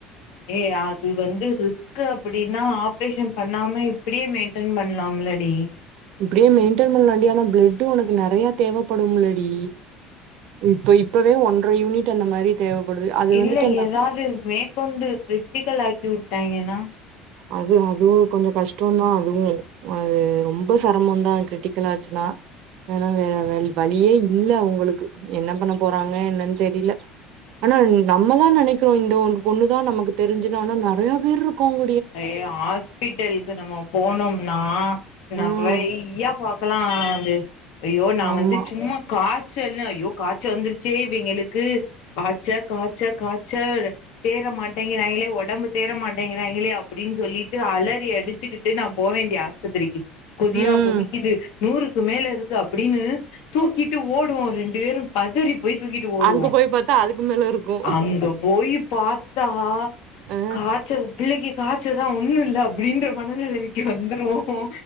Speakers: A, on the left; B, on the right.
A: ஏ அது வந்து ரிஸ்க்க் அப்டின்னா ஆப்ரேஷன் பண்ணாம இப்டியே மெயின்டென் பண்ணலாம்லடி
B: இப்டியே மெயின்டென் பண்ணலாம்ண்டி ஆனா பிளட்டு் உனக்கு நெறைய தேவைப்படும்லடி இப்ப இப்பவே ஒன்ரை யூனிட் டு அந்த மாரி தேவைப்படுது அது
A: இல்லஏதாவது
B: வந்துட்டு அந்த
A: மேற்கொண்டு கிரிட்டிக்கல் ஆக்கி விட்டு விட்டாய்ங்கன்னா
B: அது அதுவும் கொஞ்சம் கஷ்டம் தான் அதுவுமே அது ரொம்ப சிரமம் தான் கிரிட்டிக்கலாச்சுன்னா ஆனா வேற வழியே இல்லஅவுங்களுக்கு என்ன பண்ண போறாங்க என்னன்னு தெரில ஆனா நம்மதான் நெனைக்கிறோம் இந்த ஒ பொண்ணுதான் நமக்கு தெரிஞ்சன ஆனா நெறைய பேர் இருக்காங்க
A: அதே ஹாஸ்பிட்டலுக்கு நம்ம போனோம் நான் நெறையாபாக்கலாம்
B: ம்
A: அது அய்யோ நான்
B: ஆமா
A: வந்து சும்மா கா காச்சல் ஐயோ காச்சவந்துருச்சே இவங்களுக்கு காச்ச காச்ச காச்ச தேர மாட்டேங்கிறாங்களே ஒடம்பு தேர மாட்டேங்கிறாங்களே அப்படின்னு சொல்லிட்டு அலறி அடிச்சுக்கிட்டு நான் போவேண்டிய ஆஸ்பத்திரிக்கு கொதியா
B: ம்
A: கொதிக்குது நூறுக்கு மேல இருக்கு அப் அப்படின்னு தூக்கிட்டு ஓடு ரெண்டு பேரும் பதறி போய் தூக்கிட்டு ஓடுவோம்
B: அங்க போய் பாத்தா அதுக்கு மேல இருக்கு
A: அங்கப் போய் பாத்தா
B: ஆ
A: காச்ச பிள்ளக்கி காய்ச்சதான் ஒண்ணும் இல்ல அப்படின்ற மனநிலைமைக்கு வந்துரும்